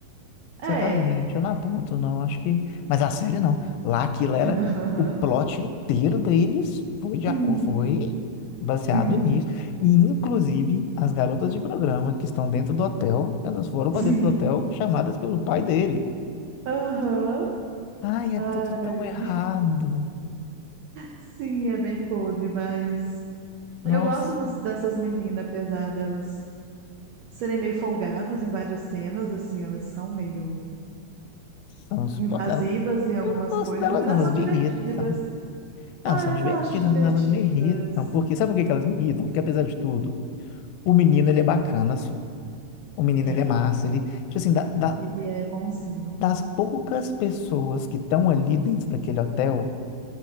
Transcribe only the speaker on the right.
É.
Aham.
Sim,
sim,
sim.
Aham.
Ai.
Sim, é bem podre, mas
eu gosto das- dessas meninas, apesar delas serem meio folgadas em várias cenas, assim, elas são meio
invasivas em algumas
coisas,
mas
elas
são
divertidas.
Ah,
eu
ainda acho divertidas.
É,
ele é bonzinho.